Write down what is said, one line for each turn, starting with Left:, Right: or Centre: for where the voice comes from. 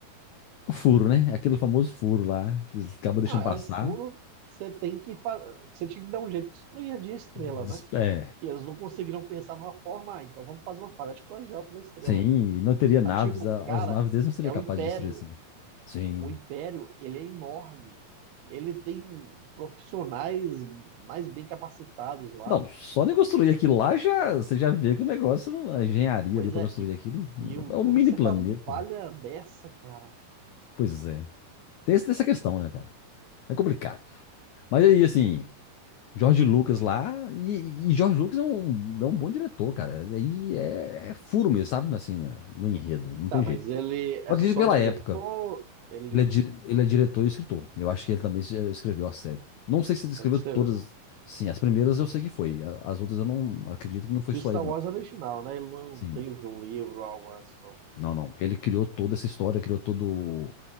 Left: O furo, né? Aquele famoso furo lá, que eles acabam deixando
Right: Ah, é
Left: passar.
Right: um furo, você tem que fa... você tinha que dar um jeito, que isso não ia de estrela,
Left: Des-
Right: né?
Left: É,
Right: E eles não conseguiram pensar numa forma, ah, então vamos fazer uma falha de projeto da estrela.
Left: sim, e não teria
Right: Mas,
Left: naves,
Right: tipo,
Left: a-
Right: cara,
Left: as naves deles não seriam
Right: é
Left: capazes
Right: o Império.
Left: de destruir assim. Sim.
Right: O Império, ele é enorme. Ele tem profissionais mais bem capacitados lá.
Left: Não, só de construir aquilo lá já, você já vê que o negócio, não- a engenharia
Right: Pois
Left: ali pra
Right: é,
Left: construir
Right: e,
Left: aquilo,
Right: e o-
Left: é
Right: como
Left: um mini
Right: que você
Left: planeta.
Right: faz uma falha dessa, cara?
Left: Pois é. Tem esse- essa questão, né, cara? É complicado. Mas aí, assim, George Lucas lá, e, e George Lucas é um, é um bom diretor, cara. Aí é, é furo mesmo, sabe? Assim, no enredo, não
Right: Tá,
Left: tem
Right: mas
Left: jeito.
Right: ele é
Left: Eu
Right: só
Left: Acredito pela
Right: diretor?
Left: época.
Right: Ele,
Left: Ele é, di- ele é diretor e escritor. Eu acho que ele também se- eh, escreveu a série. Não sei se ele escreveu
Right: ele que escreveu.
Left: todas. Sim, as primeiras eu sei que foi. a- As outras eu não acredito que não foi
Right: Que
Left: só
Right: o Star
Left: ele,
Right: Wars
Left: não.
Right: é original, né? Ele não
Left: Sim.
Right: tem um livro algo antes, não.
Left: Não, não. Ele criou toda essa história, criou todo.